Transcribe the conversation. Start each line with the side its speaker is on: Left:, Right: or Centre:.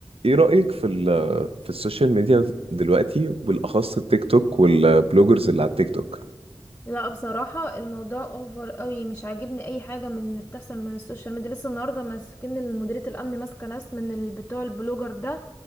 Right: ايه رأيك في ال في السوشيال ميديا دلوقتي بالاخص التيك توك والبلوجرز اللي على التيك توك
Left: لا بصراحة الموضوع اوفر قوي مش عاجبني اي حاجة من اللي بتحصل من السوشيال ميديا لسه النهاردة ماسكين مديرية الامن ماسكة ناس من ال- بتوع البلوجر ده